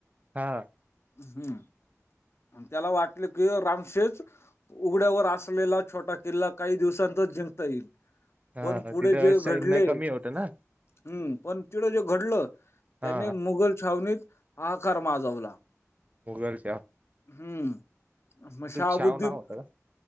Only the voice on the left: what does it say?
हम्म आणि त्याला वाटलं की रामशेज उघड्यावर असलेला छोटा किल्ला काही दिवसांतच जिंकता येईल
पण पुढे
जे घडले
हम्म
पण चिड जे घडलं त्याने
मुघल छावणीत आाकार माजवला
हम्म म शाहाबुद्दीन